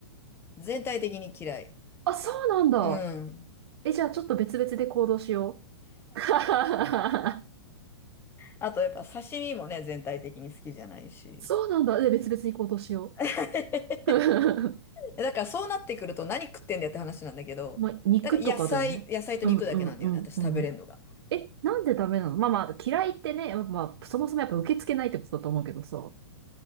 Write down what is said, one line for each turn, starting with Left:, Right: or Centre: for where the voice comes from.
Left: 全体的に嫌い。
Right: あ、そうなんだ。
Left: うん。
Right: え、じゃあちょっと別々で行動しよう。<laughs>
Left: あと、やっぱ刺身もね、全体的に好きじゃないし。
Right: そうなんだ。で、別々に行動しよ
Left: <laughs>
Right: う。<laughs>
Left: えだからそうなってくると何食ってんだよって話なんだけど、
Right: まあ、肉とかだよね。
Left: だから野菜、野菜と肉だけなんだよね、
Right: うんうんうんうん。
Left: 私食べれんのが。
Right: え、なんでダメなのまあまあ、嫌いってね、まあ、そもそもやっぱ受け付けないってことだと思うけどさ。